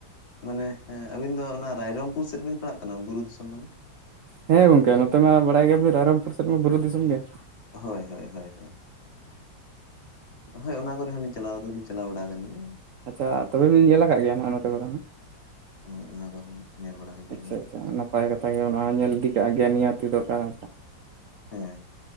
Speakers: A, on the left (about 85°); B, on the right (about 70°).
A: ᱢᱟᱱᱮᱸ ᱮᱸ ᱟᱵᱤᱱ ᱫᱚ ᱚᱱᱟ ᱨᱟᱭᱨᱚᱢᱯᱩᱨ ᱥᱮᱫ ᱵᱤᱱ ᱯᱟᱲᱟᱜ ᱠᱟᱱᱟ ᱵᱩᱨᱩ ᱫᱤᱥᱚᱢ ᱢᱟᱱᱮ ᱾
B: ᱦᱮᱸ ᱜᱚᱝᱠᱮ, ᱱᱚᱛᱮ ᱢᱟ ᱵᱟᱲᱟᱭ ᱜᱮᱭᱟ ᱵᱤᱱ ᱨᱟᱭᱨᱚᱝᱯᱩᱨ ᱥᱮᱫ ᱢᱟ ᱵᱩᱨᱩ ᱫᱤᱥᱚᱢ ᱜᱮ ᱾
A: ᱦᱳᱭ ᱦᱳᱭ ᱦᱳᱭ ᱾ ᱦᱮᱸ ᱚᱱᱟ ᱠᱚᱨᱮ ᱦᱚᱸ ᱞᱤᱧ ᱪᱟᱞᱟᱣ ᱫᱚ ᱞᱤᱧ ᱪᱟᱞᱟᱣ ᱵᱟᱲᱟ ᱟᱠᱟᱱ ᱜᱮᱭᱟ ᱾
B: ᱟᱪᱪᱷᱟ ᱛᱚᱵᱮ ᱵᱤᱱ ᱧᱮᱞ ᱠᱟᱫ ᱜᱮᱭᱟ ᱦᱟᱜ ᱱᱚᱛᱮ ᱠᱚᱫᱚ ᱦᱟᱸᱜ᱾
A: ᱦᱚᱸ ᱚᱱᱟ ᱠᱚᱦᱚᱸ ᱧᱮᱞ ᱵᱟᱲᱟ ᱦᱩᱭ ᱟᱠᱟᱱ
B: ᱟᱪᱪᱷᱟ
A: ᱜᱮᱭᱟ ᱚᱱᱛᱮ᱾
B: ᱟᱪᱪᱷᱟ ᱱᱟᱯᱟᱭ ᱠᱟᱛᱷᱟ ᱜᱮ ᱚᱱᱟ ᱦᱚᱸ ᱧᱮᱞ ᱤᱫᱤ ᱠᱟᱜ ᱜᱮ ᱱᱤᱦᱟᱹᱛᱤ ᱫᱚᱨᱠᱟᱨᱟ᱾
A: ᱦᱮᱸ